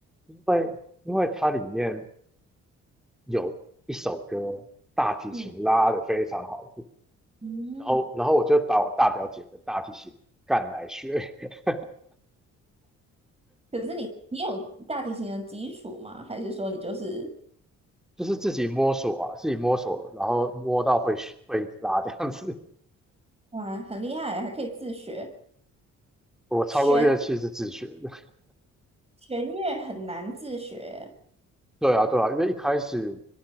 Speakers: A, in the centre; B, on the right.
A: 因为因为它里面有一首歌大提琴拉得非常好，
B: 嗯嗯。
A: 然后然后我就把我大表姐的大提琴干来学，<laughs>
B: 可是你你有大提琴的基础吗？还是说你就是
A: 就是自己摸索啊，自己摸索，然后摸到会学会拉这样子。
B: 哇很厉害，还可以自学？
A: 我超多乐器是自学的，
B: 弦弦乐很难自学，
A: <laughs> 对啊对啊，因为一开始